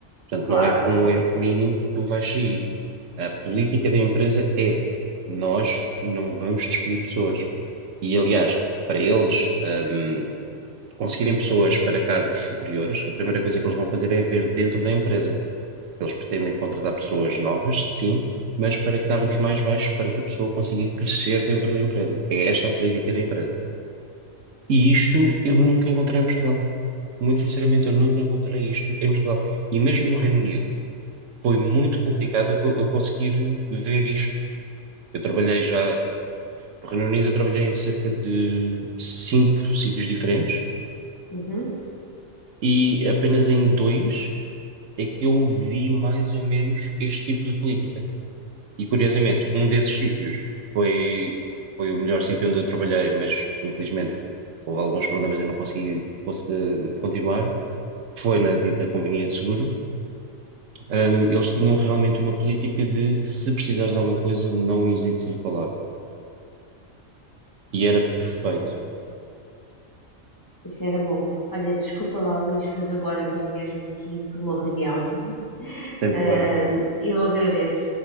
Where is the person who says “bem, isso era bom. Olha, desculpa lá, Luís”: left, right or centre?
Left